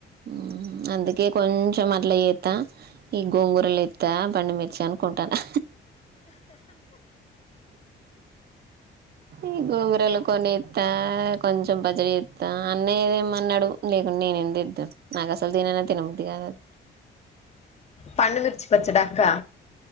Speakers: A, on the right (about 55°); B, on the left (about 35°).
A: మ్ అందుకే కొంచెం అట్లా చెత్తా ఈ గోంగూరలు ఎత్తా పండుమిర్చి అనుకుంటానా ఈ గోంగరలు కొన్నెత కొంచెం బజరీ చెత్తా అన్నయ్యదేమన్నడు లేకుంటే నేనెందుకుడెత నాకు అసలు తిననే తినబుద్ధి కాదు అ
B: పండుమిర్చి పచ్చాడా అక్క